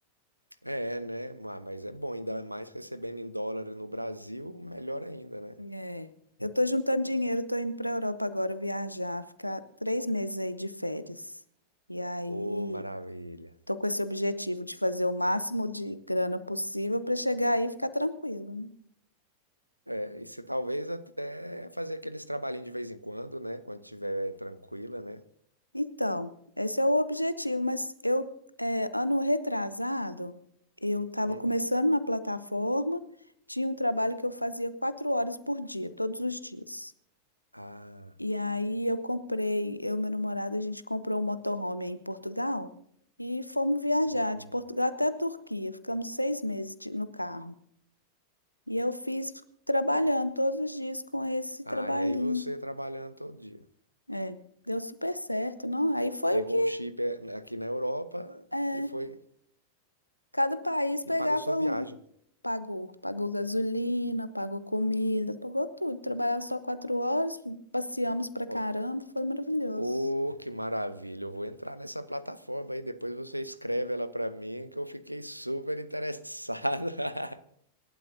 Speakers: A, on the right (about 80°); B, on the left (about 85°).
A: É, né? Ma- Mas é bom, ainda mais recebendo em dólar no Brasil, melhor ainda, né?
B: É. Eu tô juntando dinheiro, tô indo para Europa agora viajar, ficar três meses aí de férias. E aí
A: Ô, maravilha.
B: Estou com esse objetivo de fazer o máximo de grana possível para chegar aí e ficar tranquilo, né?
A: É, e se talvez até fazer aqueles trabalhinhos de vez em quando, né? Quando estiver tranquila, né?
B: Então, esse é o objetivo, mas eu, é, ano retrasado, eu estava
A: Hum.
B: começando na plataforma, tinha um trabalho que eu fazia quatro horas por dia, todos os dias.
A: Ah,
B: E aí eu comprei, eu e meu namorado, a gente comprou um motorhome aí em Portugal e fomos viajar
A: sim.
B: de Portugal até a Turquia, ficamos seis meses de- no carro. E eu fiz trabalhando todos os dias com esse trabalhinho.
A: Ah, e aí você trabalhando todo dia.
B: É, deu super certo, não? Aí foi
A: Pegou
B: o que
A: um chip é, aqui na Europa
B: é,
A: e foi
B: cada país pegava
A: e pagou sua viagem.
B: um. Pagou, pagou gasolina, pagou comida, pagou tudo. Trabalhava só quatro horas, passeamos pra caramba,
A: Ô,
B: foi maravilhoso.
A: ô, que maravilha! Eu vou entrar nessa plataforma aí, depois você escreve ela pra mim que eu fiquei super interessado. <laughs>